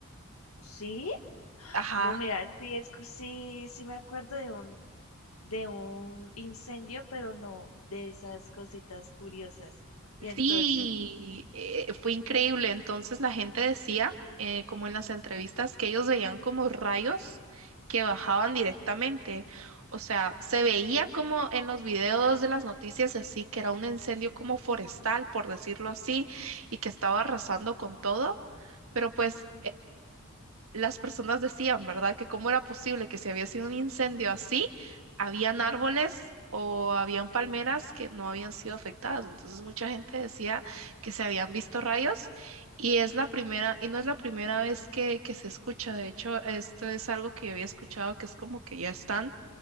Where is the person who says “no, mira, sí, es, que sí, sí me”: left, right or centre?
Left